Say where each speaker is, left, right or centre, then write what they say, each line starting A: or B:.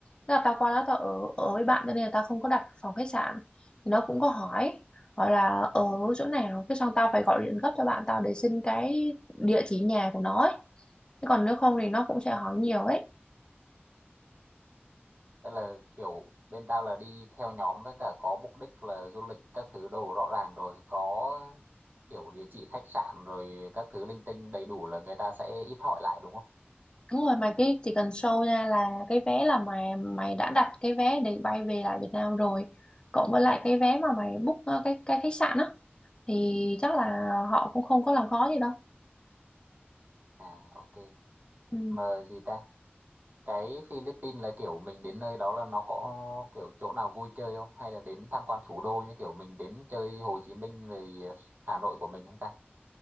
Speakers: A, on the left; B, on the right.
A: Thế là tao qua đó tao ở ở với bạn cho nên là tao không có đặt phòng khách sạn thì nó cũng có hỏi gọi là ở chỗ nào cái xong tao phải gọi điện gấp cho bạn tao để xin cái địa chỉ nhà của nó ấy. Thế còn nếu không thì nó cũng sẽ hỏi nhiều ấy
B: Tức là kiểu bên tao là đi theo nhóm với cả có mục đích là du lịch các thứ đồ rõ ràng rồi, có kiểu địa chỉ khách sạn rồi các thứ linh tinh đầy đủ là người ta sẽ ít hỏi lại đúng không?
A: Đúng rồi mà cái chỉ cần show ra là cái vé là mày mày đã đặt cái vé để bay về lại Việt Nam rồi cộng với lại cái vé mà mày book ờ, cái cái khách sạn á thì chắc là họ cũng không có làm khó gì đâu
B: À ok.
A: ừ.
B: Mà gì ta? cái Philippines là kiểu mình đến nơi đó là nó có kiểu chỗ nào vui chơi không hay là đến tham quan thủ đô như kiểu mình đến chơi Hồ Chí Minh rồi Hà Nội của mình không ta